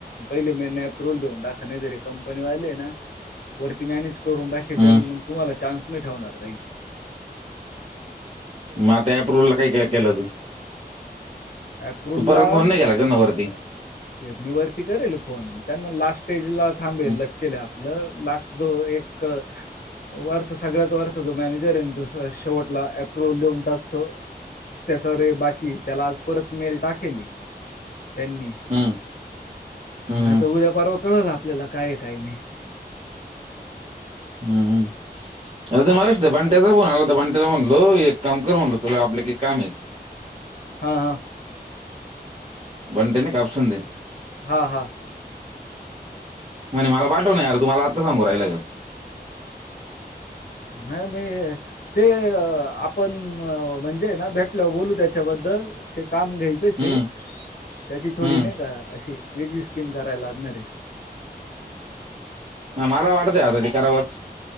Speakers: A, on the left (about 60°); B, on the right (about 35°).
A: पहिले म अप्रुव्हल घेऊन टाका नाही तरी कंपनी वाले ना वरती मॅनेज करून आणि
B: हम्म
A: मग तुम्हाला चा्स नाही ठेवणार काही
B: मग आ अप्रुवलला काही काय केलं तू
A: प्र्रोललाम
B: तू परत फोन नाही केला का त्यांना
A: ते
B: वरती
A: मी वरती करेल फोन त्यांना लास्ट स्टेज ला थांबेल
B: हम्म
A: लटकेल्या लास्ट जो एक वर्थ सगळ्यात वर्थ जो मॅनेजर आहे तो शेवटला अप्रुव्हल लिऊन टाकतो त्या सवरे बाकी त्याला आज परत मेल टाखेली त्यांनी
B: हम्म हम्म
A: म आता उद्या परवा कळवला आपल्याला काय काय नाही
B: हम् हम् अ ते मला बंट्याचा ब आला तर बंट्याला म्हणलो एक काम कर म्हणल तुला आपलं काही काम आहे
A: हा हा
B: बटेने कपचे
A: हा हा
B: म्हणे मला पाठव नाहीणारर तुमला आत्ता सांगू राहिला का
A: नाही मी ते आपण म्हणजे ना भेटल बोलू त्याच्याबद्दल काम घ्यायचंच
B: हम्म
A: आहे त्याची थोडी
B: हम्म
A: नाही का अशी वेगळी स्कीम करायला लागणार आहे
B: मला वाटतंय आता ते करावंच